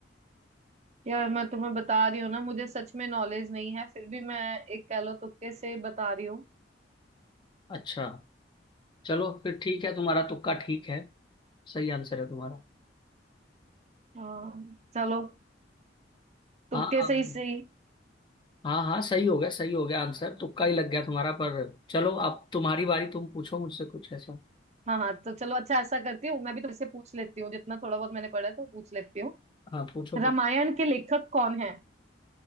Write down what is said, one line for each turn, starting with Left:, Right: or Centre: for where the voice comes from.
Right: यार मैं तुम्हें बता रही हूँ ना मुझे सच में नॉलेज नहीं है फिर भी मैं एक कह लो तुक्के से बता रही हूँ
Left: अच्छा चलो फिर ठीक है तुम्हारा तुक्का ठीक है सही आंसर है तुम्हारा
Right: हाँ चलो तुक्के
Left: हाँ हाँ
Right: से ही सही
Left: हाँ हाँ, सही हो गया सही हो गया आंसर तुक्का ही लग गया तुम्हारा पर चलो अब तुम्हारी बारी तुम पूछो मुझसे कुछ ऐसा
Right: हाँ हाँ तो चलो अच्छा ऐसा करती हूँ मैं भी तुमसे पूछ लेती हूँ जितना थोड़ा बहुत मैंने पढ़ा है तो पूछ लेती हूँ
Left: हाँ पूछो पूछो
Right: रामायण के लेखक कौन है